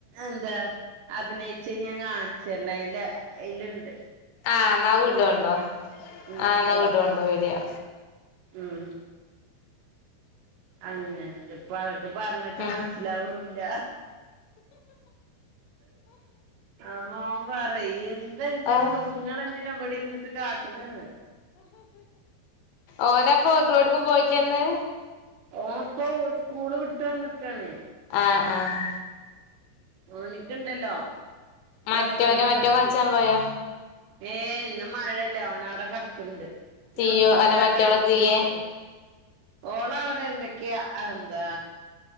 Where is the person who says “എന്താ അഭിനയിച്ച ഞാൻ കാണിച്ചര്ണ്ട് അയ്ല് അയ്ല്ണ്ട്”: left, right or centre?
Right